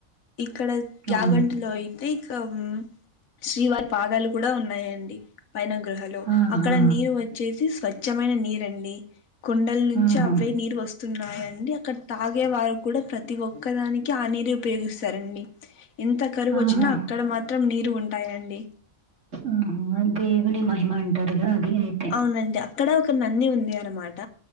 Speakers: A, on the left (about 70°); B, on the right (about 55°).
A: ఇక్కడ
B: అవును.
A: యాగంటిలో అయితే మొత్తం శ్రీవారి పాదాలు కూడా ఉన్నాయండి పైన గృహలో
B: ఆహా!
A: అక్కడ నీరు వచ్చేసి స్వచ్ఛమైన నీరండి కొండల నుంచి
B: ఆహా!
A: అవే నీరు వస్తున్నాయండి అక్కడ తాగే వారు కూడా ప్రతి ఒక్కదానికి ఆ నీరు ఉపయోగిస్తారండి ఎంత కరువు
B: ఆహా!
A: వచ్చినా
B: ఆహా!
A: అక్కడ మాత్రం నీరు ఉంటాయండి
B: ఆహ అ దేవని మహిమ అంటారుగా అది అయితే.
A: అవునండి అక్కడ ఒక నంది ఉంది అనమాట